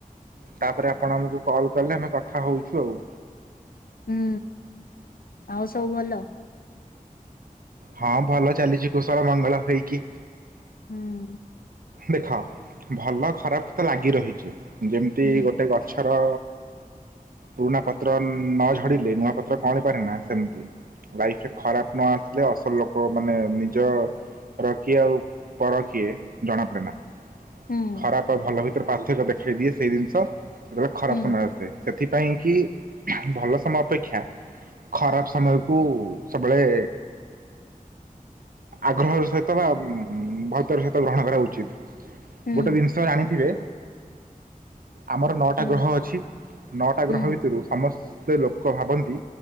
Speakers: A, on the right (about 75°); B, on the left (about 80°).
A: ତାପରେ ଆପଣ ଆମକୁ କଲ୍ କଲେ ଆମେ କଥା ହଉଛୁ ଆଉ।
B: ହୁଁ। ଆଉ ସବୁ ଭଲ?
A: ହଁ ଭଲ ଚାଲିଚି, କୁଶଳ ମଙ୍ଗଳ ହେଇକି।
B: ହୁଁ।
A: ଦେଖ ଭଲ ଖରାପ ତ ଲାଗି ରହିଚି। ଯେମତି
B: ହୁଁ
A: ଗୋଟେ ଗଛର ପୁରୁଣା ପତ୍ର ନ ଝଡିଲେ ନୂଆ ପତ୍ର କଅଁଳି ପାରେନା ସେମତି। ଲାଇଫ୍ ରେ ଖରାପ ନ ଆସିଲେ ଅସଲ ଲୋକ ମାନେ ନିଜ ର କିଏ ଆଉ ପର କିଏ ଜଣା ପଡେ ନା।
B: ହୁଁ
A: ଖରାପ ଆଉ ଭଲ ଭିତରେ ପାର୍ଥକ୍ୟ ଦେଖେଇ ଦିଏ ସେଇ ଜିନିଷ। ସେତେବେଳେ ଖରାପ୍
B: ହୁଁ
A: ସମୟ ଆସେ। ସେଥିପାଇଁକି ଭଲ ସମୟ ଅପେକ୍ଷା ଖରାପ ସମୟ କୁ ସବୁବେଳେ ଆଗ୍ରହର ସହିତ ବା ଭଲ ପାଇବାର ସହିତ ଗ୍ରହଣ କରିବା ଉଚିତ୍।
B: ହୁଁ
A: ଗୋଟେ ଜିନିଷ ଜାଣିଥିବେ ଆମର ନଅଟା
B: ହୁଁ
A: ଗ୍ରହ ଅଛି, ନଅଟା
B: ସେଇ
A: ଗ୍ରହ ଭିତୁରୁ ସମସ୍ତେ ଲୋକ ଭାବନ୍ତି